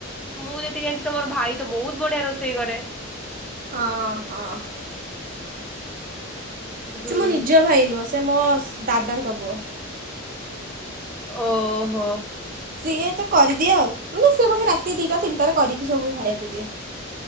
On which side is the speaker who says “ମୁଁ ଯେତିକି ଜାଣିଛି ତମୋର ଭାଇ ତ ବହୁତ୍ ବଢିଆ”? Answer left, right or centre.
Centre